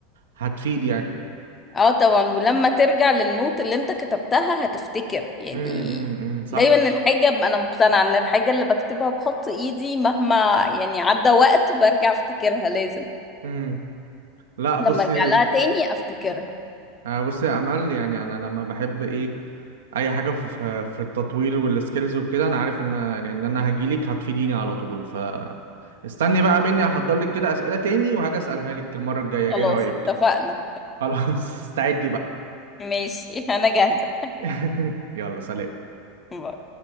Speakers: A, on the right; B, on the left.
A: هتفيد يعني
B: اه طبعا ولما ترجع للنوت اللي انت كتبتها هتفتكر يعني
A: امم امم أمم، صح
B: دايما الحاجة انا مقتنعة ان الحاجة اللي بكتبها بخط ايدي مهما يعني عدى وقت برجع افتكرها لازم
A: امم لا بصي
B: لما ارجع لها تاني افتكرها
A: آه، بصي يا امل يعني انا لما بحب ايه اي حاجه في في في التطوير والسكيلز وكده انا عارف ان ان انا هجيلك هتفيديني على طول ف استني بقى مني هحضر لك كده اسئله تاني وهاجي اسالها لك المره الجايه
B: خلاص
A: ايه رايك
B: اتفقنا
A: خلاص <laughs> استعدي بقى
B: ماشي <laughs> انا جاهزة
A: <laughs> يلا سلام
B: باي.